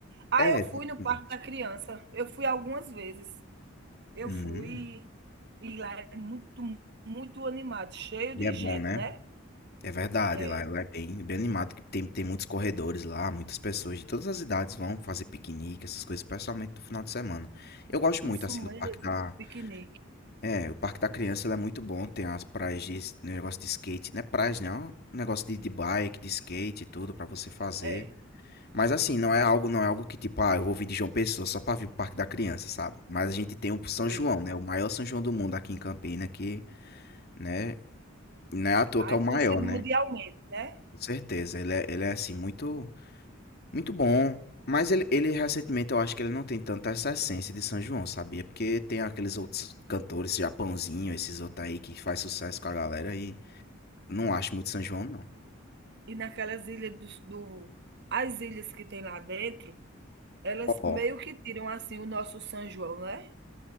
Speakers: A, on the right; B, on the left.
A: Ah,
B: É,
A: eu
B: exatamente.
A: fui no Parque da Criança. Eu fui algumas vezes. Eu
B: Uhum.
A: fui e lá é muito, muito animado, cheio de
B: E é bom,
A: gente,
B: né?
A: né?
B: É verdade,
A: É.
B: lá, lá é bem, bem animado, que tem, tem muitos corredores lá, muitas pessoas de todas as idades vão fazer piquenique, essas coisas, especialmente no final de semana. Eu gosto
A: Isso
B: muito, assim,
A: mesmo,
B: do Parque da,
A: piquenique.
B: É, o Parque da Criança ele é muito bom, tem as praias de s- negócio de skate, não é praias, né? É um negócio de, de bike, de skate e tudo pra você fazer.
A: É,
B: Mas assim, não é algo, não é algo que tipo, ah, eu vou vir de João Pessoa só pra vir pro Parque da Criança, sabe? Mas a gente tem o São
A: sei.
B: João, né? O maior São João do mundo aqui em Campina, que, né, não é à toa
A: Ah,
B: que é
A: é
B: o maior,
A: conhecido
B: né?
A: mundialmente, né.
B: Com certeza, ele é, ele é assim muito muito bom. Mas ele, ele recentemente eu acho que ele não tem tanta essa essência de São João, sabia? Porque tem aqueles outros cantores, Japãozinho, esses outros aí que faz sucesso com a galera e não acho muito São João, não.
A: E naquelas ilhas dos do as ilhas que tem lá dentro, elas
B: Ó,
A: meio que tiram, assim, o nosso São João, né.